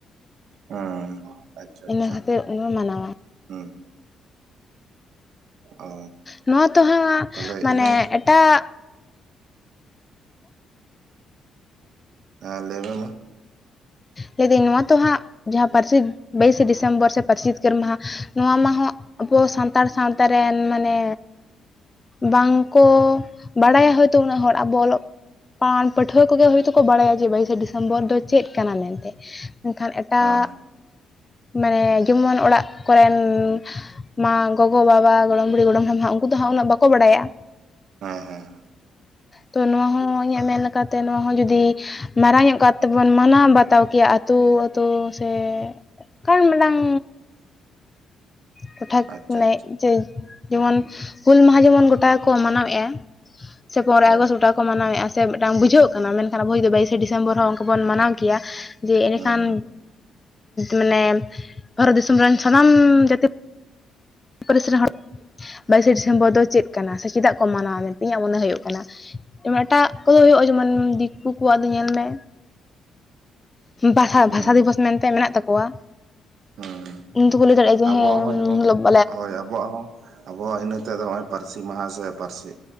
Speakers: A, on the right (about 75°); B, on the left (about 25°).
A: ᱦᱚᱸ, ᱟᱪᱪᱷᱟ
B: ᱤᱱᱟᱹ
A: ᱟᱪᱪᱷᱟ
B: ᱠᱷᱟᱹᱛᱤᱨ ᱚᱱᱟ ᱢᱟᱱᱟᱣᱟ
A: ᱦᱩᱸ। ᱚ
B: ᱱᱚᱣᱟ ᱛᱚ ᱦᱟᱸ
A: ᱛᱟᱦᱚᱞᱮ
B: ᱢᱟᱱᱮ
A: ᱤᱱᱟᱹ
B: ᱮᱴᱟᱜ
A: ᱦᱮᱸ ᱞᱮ ᱢᱮ ᱢᱟ।
B: ᱞᱟᱹᱭ ᱫᱟᱹᱧ ᱱᱚᱣᱟ ᱛᱚ ᱦᱟᱸᱜ ᱡᱟᱦᱟᱸ ᱯᱟᱨᱥᱤ ᱵᱟᱭᱤᱥᱮ ᱰᱤᱥᱮᱢᱵᱚᱨ ᱥᱮ ᱯᱟᱨᱥᱤ ᱡᱤᱛᱠᱟᱹᱨ ᱢᱟᱦᱟ᱾ ᱱᱚᱣᱟ ᱢᱟᱦ ᱟᱵᱚ ᱥᱟᱱᱛᱟᱲ ᱥᱟᱶᱛᱟ ᱨᱮᱱ ᱢᱟᱱᱮ ᱵᱟᱝᱠᱚ ᱵᱟᱲᱟᱭᱟ ᱦᱳᱭᱛᱳ ᱩᱱᱟᱹᱜ ᱦᱚᱲ ᱟᱵᱚ ᱚᱞᱚᱜ ᱯᱟᱹᱱ ᱯᱟᱹᱴᱷᱩᱣᱟᱹ ᱠᱚᱜᱮ ᱦᱳᱭᱛᱳ ᱠᱚ ᱵᱟᱲᱟᱭᱟ ᱡᱮ ᱵᱟᱭᱤᱥᱮ ᱰᱤᱥᱮᱢᱵᱚᱨ ᱫᱚ ᱪᱮᱫ ᱠᱟᱱᱟ ᱢᱮᱱᱛᱮ ᱢᱮᱱᱠᱷᱟᱱᱼᱼ ᱮᱴᱟᱹᱜ
A: ᱦᱮᱸ
B: ᱢᱟᱱᱮ ᱡᱮᱢᱚᱱ ᱚᱲᱟᱜ ᱠᱚᱨᱮᱱ ᱢᱟ ᱜᱚᱜᱚᱼᱵᱟᱵᱟ ᱜᱚᱲᱚᱢ ᱵᱩᱲᱤ ᱜᱚᱲᱚᱢ ᱦᱟᱲᱟᱢ ᱦᱟᱜ ᱩᱱᱠᱩ ᱫᱚ ᱦᱟᱸ ᱩᱱᱟᱹᱜ ᱵᱟᱠᱚ ᱵᱟᱲᱟᱭᱟ᱾
A: ᱦᱮᱸ ᱦᱮᱸ
B: ᱛᱚ ᱱᱚᱣᱟ ᱦᱚᱸ ᱤᱧᱟᱹᱜ ᱢᱮᱱ ᱞᱮᱠᱟᱛᱮ ᱱᱚᱣᱟ ᱦᱚᱸ ᱡᱩᱫᱤ ᱢᱟᱨᱟᱝ ᱧᱚᱜ ᱠᱟᱨ ᱛᱮᱵᱚᱱ ᱢᱟᱱᱟᱣ ᱵᱟᱛᱟᱣ ᱠᱮᱭᱟ ᱟᱹᱛᱩ ᱟᱹᱛᱳ ᱥᱮ ᱠᱟᱨ ᱢᱟᱰᱟᱝ ᱴᱚᱴᱷᱟᱠ
A: ᱟᱪᱪᱷᱟ
B: ᱢᱟᱱᱮ
A: ᱟᱪᱪᱷᱟ
B: ᱡᱮ ᱡᱮᱢᱚᱱ ᱦᱩᱞ ᱢᱟᱦᱟᱸ ᱡᱮᱢᱚᱱ ᱜᱚᱴᱟ ᱠᱚ ᱢᱟᱱᱟᱣᱮᱜᱼᱟ᱾ ᱥᱮ ᱯᱚᱨᱚᱭ
A: ᱦᱳᱭ
B: ᱟᱜᱚᱥᱴ ᱜᱟᱴᱟᱠ ᱠᱚ ᱢᱟᱱᱟᱣᱮᱫᱼᱟ ᱥᱮ ᱢᱤᱫᱴᱟᱝ ᱵᱩᱡᱷᱟᱹᱜ ᱠᱟᱱᱟ ᱢᱮᱱᱠᱷᱟᱱ ᱟᱵᱚ ᱡᱚᱫᱤ ᱵᱟᱭᱤᱥᱮ ᱰᱮᱢᱵᱚᱨ ᱦᱚᱸ ᱚᱱᱠᱟ ᱵᱚᱱ ᱢᱟᱱᱟᱣ ᱠᱮᱭᱟ ᱡᱮ ᱮᱸᱰᱮᱠᱷᱟᱱ
A: ᱦᱩᱸ
B: ᱢᱟᱱᱮ ᱵᱷᱟᱨᱚᱛ ᱫᱤᱥᱚᱢ ᱨᱮᱱ ᱥᱟᱱᱟᱢ ᱡᱟᱹᱛᱤ ᱯᱟᱹᱨᱤᱥ ᱨᱮᱱ ᱦᱚᱲ ᱵᱟᱭᱤᱥᱮ ᱰᱤᱥᱮᱢᱵᱚᱨ ᱫᱚ ᱪᱮᱫ ᱠᱟᱱᱟ ᱥᱮ ᱪᱮᱫᱟᱜ ᱠᱚ ᱢᱟᱱᱟᱣᱟ ᱢᱮᱱᱛᱮ ᱤᱧᱟᱹᱜ ᱢᱚᱱᱮ ᱦᱩᱭᱩᱜ ᱠᱟᱱᱟ᱾ ᱡᱮᱢᱚ ᱮᱴᱟᱜ ᱠᱚᱫᱚ ᱦᱩᱭᱩᱜᱼᱟ ᱡᱮᱢᱚᱱ ᱫᱤᱠᱩ ᱠᱚᱣᱟᱜ ᱫᱚ ᱧᱮᱞ ᱢᱮ᱾ ᱵᱷᱟᱥᱟ
A: ᱦᱩᱸ ᱦᱩᱸ
B: ᱵᱷᱟᱥᱟ ᱫᱤᱵᱚᱥ ᱢᱮᱱᱛᱮ ᱢᱮᱱᱟᱜ ᱛᱟᱠᱚᱣᱟ᱾
A: ᱦᱩᱸ
B: ᱩᱱ ᱫᱚᱠᱚ ᱞᱟᱹᱭ ᱫᱟᱲᱮᱭᱟᱜᱼᱟ
A: ᱟᱵᱚᱣᱟᱜ
B: ᱡᱮ ᱦᱮᱸ
A: ᱦᱚᱸ ᱡᱮᱢᱚᱱ
B: <unintelligible> ᱼᱼ
A: ᱦᱳᱭ ᱟᱵᱚᱣᱟᱜ ᱦᱚᱸ ᱟᱵᱚᱣᱟᱜ ᱤᱱᱟᱹ ᱛᱮᱫᱚ ᱱᱚᱜᱼᱚᱭ ᱯᱟᱹᱨᱥᱤ ᱢᱟᱦᱟ ᱥᱮ ᱯᱟᱹᱨᱥᱤᱼᱼ